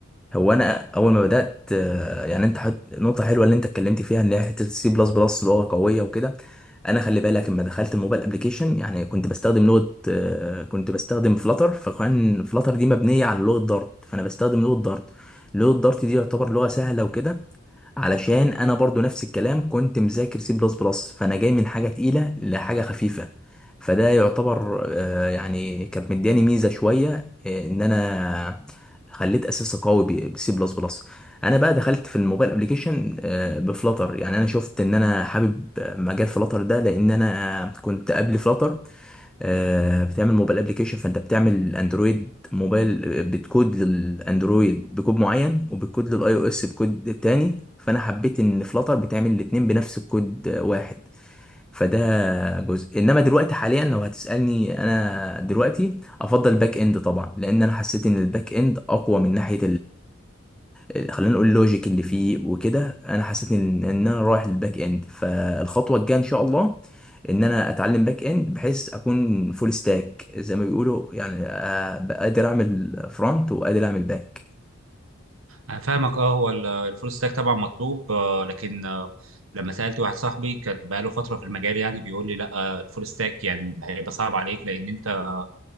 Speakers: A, in the centre; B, on the right (about 80°).
A: هو انا اول ما بدات آه، يعني انت حط نقطه حلوه اللي انت اتكلمت فيها ان هي حته السي بلس بلس لغه قويه وكده انا خلي بالك لما دخلت الموبايل ابلكيشن يعني كنت بستخدم لغه آه، كنت بستخدم فلاتر فكان فلاتر دي مبنيه على لغه دارت فانا بستخدم لغه دارت لغه دارت دي يعتبر لغه سهله وكده علشان انا برضو نفس الكلام كنت مذاكر سي بلس بلس فانا جاي من حاجه تقيله لحاجه خفيفه فده يعتبر آه، يعني كانت مدياني ميزه شويه آه، ان انا خليت اساسي قوي بسي بلس بلس انا بقى دخلت في الموبايل ابلكيشن بفلاتر يعني انا شفت ان انا حابب مجال فلاتر ده لان انا كنت قبل فلاتر آه، بتعمل موبايل ابلكيشن فانت بتعمل اندرويد موبايل بتكود للاندرويد بكود معين وبتكود للاي او اس بكود تاني فانا حبيت ان فلاتر بتعمل الاتنين بنفس الكود آه، واحد فده جزء انما دلوقتي حاليا لو هتسالني انا دلوقتي افضل باك اند طبعا لان انا حسيت ان الباك اند اقوى من ناحيه آه، خلينا نقول اللوجيك اللي فيه وكده انا حسيت ان ان انا رايح للباك اند فالخطوه الجايه ان شاء الله ان انا اتعلم باك اند بحيث اكون فول ستاك زي ما بيقولوا يعني أبقى قادر اعمل فرونت وقادر اعمل باك
B: انا فاهمك اه هو ال- الفول ستاك طبعا مطلوب آه، لكن آه، لما سالت واحد صاحبي كان بقاله فتره في المجال يعني بيقول لي لا آه، الفول ستاك يعني هيبقى صعب عليك لان انت آه،